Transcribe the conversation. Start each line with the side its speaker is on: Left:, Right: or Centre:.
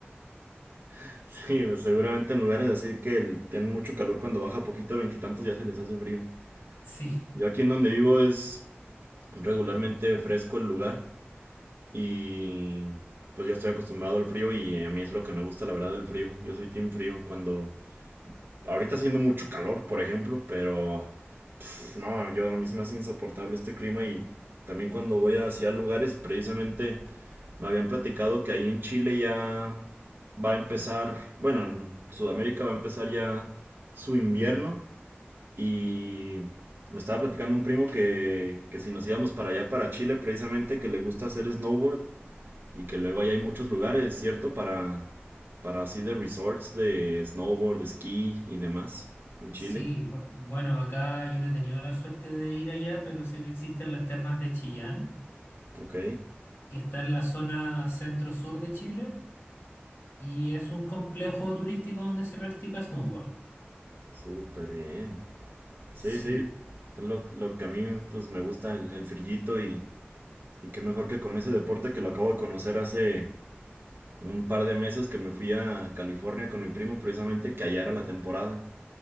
Right: <laughs> Sí, pues, seguramente en lugares así que el- tienen mucho calor cuando baja poquito a veintitantos ya se les hace frío.
Left: Sí,
Right: Yo aquí en donde vivo es regularmente fresco el lugar y pues yo estoy acostumbrado al frío y a mí es lo que me gusta la verdad el frío. Yo soy team frío cuando ahorita está haciendo mucho calor, por ejemplo, pero pues no, yo a mí se me hace insoportable este clima y también cuando voy hacia lugares, precisamente me habían platicado que ahí en Chile ya va a empezar, bueno, en Sudamérica va a empezar ya su invierno y me estaba platicando un primo que, que si nos íbamos para allá, para Chile, precisamente que le gusta hacer snowboard y que luego allá hay muchos lugares, ¿cierto? Para, para así de resorts de snowboard, de esquí y demás en Chile.
Left: sí, bu- bueno, acá yo no he tenido la suerte de ir allá, pero sé que existen las termas de Chillán,
Right: Ok,
Left: que está en la zona centro-sur de Chile y es un complejo turístico donde se practica snowboard.
Right: súper bien. Sí,
Left: Sí,
Right: sí, es lo, lo que a mí pues me gusta el, el frillito y, y qué mejor que con ese deporte que lo acabo de conocer hace un par de meses que me fui a California con mi primo precisamente, que allá era la temporada.